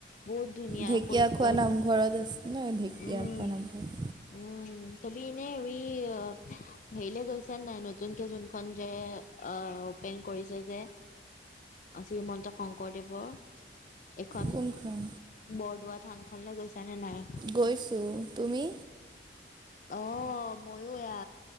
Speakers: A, on the left (about 45°); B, on the right (about 25°).
A: বহুত ধুনীয়া
B: ঢেকীয়াখোৱা
A: কৈ কৈ
B: নামঘৰত আছে ন ঢেকীয়াখোৱা
A: উম
B: নামঘৰত
A: উম তবি নে উই হেৰিলে গৈছে নে নাই নতুনকে যোনখন যে অ পেন কৰিছে যে শ্ৰীমন্ত শংকৰদেৱৰ এখন
B: কোনখন
A: বৰদোৱা থানখনলে গৈছা নে নাই
B: গৈছোঁ তুমি
A: অহ মইয়ো এয়া